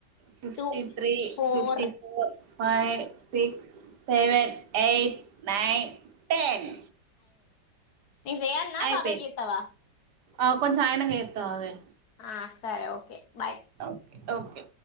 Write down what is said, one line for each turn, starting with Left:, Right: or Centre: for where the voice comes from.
Right: fifty three
Left: two four
Right: fifty four five six seven eight nine ten
Left: ఇయ్ జయల్నా
Right: అయిపోయింది
Left: బాబాయ్ కి ఇతావా
Right: ఆ కొంచం ఆయనకె ఇద్దాం ఆగే
Left: హా సరే ఓకే బాయ్
Right: ఓకె ఓకే